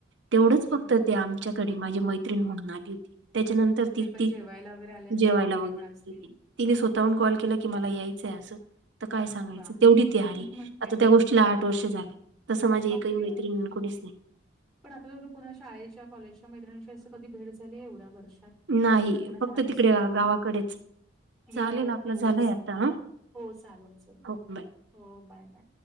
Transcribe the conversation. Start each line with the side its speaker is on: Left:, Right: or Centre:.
Right: तेवढंच
Centre: ओके.
Right: फक्त, ते आमच्या घडी माझी मैत्रीण म्हणून आली होती त्याच्यानंत ती
Centre: ते पण
Right: ती
Centre: जेवायला वगैरे आले असेल
Right: जेवायला
Centre: आणि गेले
Right: वगैरे,
Centre: पण असतील
Right: तिने स्वतःहून कॉल केला की मला यायचंय असं. त काय सांगायच,
Centre: वा
Right: तेवढी ती आली
Centre: मग काय
Right: आता त्या गोष्टीला
Centre: तर.
Right: ला आठ वर्ष झाले, तसं माझ एकही
Centre: बापरे!
Right: मैत्रीन म्हणून कोणीच नाही.
Centre: पण आता सुुधा पुन्हा, शाळेच्या, कॉलेजच्या, मैत्रीनीशी असं कधी भेट झाली एवढ्या वर्षात.
Right: नाही,
Centre: लग्न झाल्यापासून
Right: फक्त तिकडे
Centre: तरी
Right: गावाकडेच.
Centre: गेल्यावर
Right: चालेल आपला
Centre: तेवढीच,
Right: झालाय आता हा
Centre: हो चालेल चल
Right: हो, बाय
Centre: हो बाय, बाय.